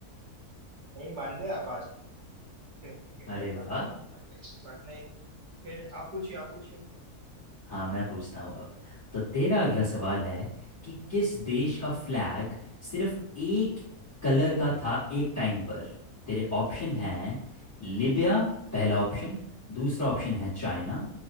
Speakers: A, on the right (about 45°); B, on the left (about 35°).
A: नहीं मान रहे आप आज ठीक है ठीक है कोई
B: अरे
A: बात
B: वाह
A: नहीं कोई बात नहीं कोई बात नहीं। फिर आप पूछिए आप पूछिए
B: हाँ मैं पूछता हूँ अब तो तेरा अगला सवाल है कि किस देश का फ्लैग सिर्फ एक कलर का था एक टाइम पर तेरे ऑप्शन हैं लिबिया पहला ऑप्शन दूसरा ऑप्शन है चाइना